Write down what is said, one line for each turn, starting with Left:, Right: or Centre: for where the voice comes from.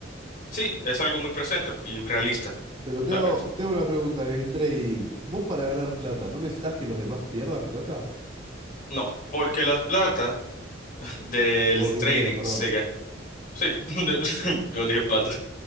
Left: sí, es algo muy presente y realista,
Right: Pero te
Left: realmente.
Right: hago, te hago una pregunta en el trading. ¿Vos para ganar plata, no necesitas que los demás pierdan plata?
Left: No, porque la plata <laughs> del
Right: O dinero,
Left: trading
Right: Sí. perdón.
Left: se gana. Sí, <laughs> yo dije plata.